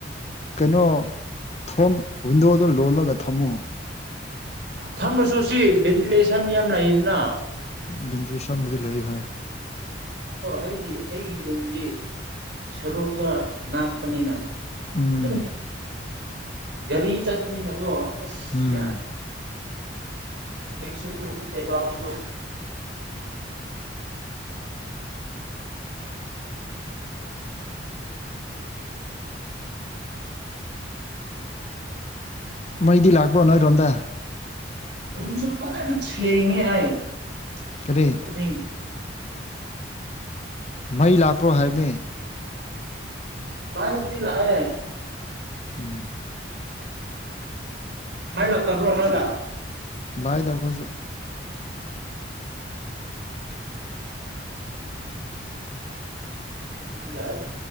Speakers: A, on the left; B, on the right.
A: ꯀꯩꯅꯣ ꯊꯣꯡ ꯋꯤꯟꯗꯣꯗꯨ ꯂꯣꯜꯂꯒ ꯊꯝꯃꯣ
B: ꯊꯝꯃꯁꯨ ꯁꯤ ꯚꯦꯟꯇꯤꯂꯦꯁꯟ ꯌꯥꯝ ꯂꯩꯗꯅ
A: ꯚꯦꯟꯇꯤꯂꯦꯁꯟꯕꯨꯗꯤ ꯂꯩ ꯍꯥꯏ
B: ꯑꯩꯗꯤ ꯑꯩꯒꯤ ꯔꯨꯝꯗꯤ ꯁꯔꯨꯛꯒ ꯅꯥꯥꯛꯄꯅꯤꯅ
A: ꯎꯝ
B: ꯗꯨꯝ ꯒꯔꯤ ꯆꯠꯄꯅꯤ ꯅꯀꯣ ꯑꯁ
A: ꯎꯝ
B: ꯍꯧꯖꯤꯛꯁꯨ ꯀ꯭ꯔꯤ ꯀꯦꯕꯥꯡꯗꯨ
A: ꯃꯩꯗꯤ ꯂꯥꯛꯄ꯭ꯔꯣ ꯅꯣꯏꯔꯣꯝꯗ
B: ꯔꯨꯝꯁꯨ ꯐꯖꯅꯅ ꯁꯦꯡꯉꯦ ꯑꯩ
A: ꯀꯔꯤ
B: ꯃꯤꯠ ꯈꯨꯨꯗꯤꯡ
A: ꯃꯩ ꯂꯥꯛꯄ꯭ꯔꯣ ꯍꯥꯏꯕꯅꯦ
B: ꯃꯩꯕꯨꯗꯤ ꯂꯥꯛꯑꯦ
A: ꯎꯝ
B: ꯃꯩ ꯂꯥꯛꯇꯕ꯭ꯔꯣ ꯅꯣꯏꯗ
A: ꯂꯥꯛꯏꯗ ꯑꯈꯣꯏꯖꯨ
B: ꯍꯧꯖꯤꯛꯄꯨꯗꯤ ꯂꯥꯛꯑꯦꯗ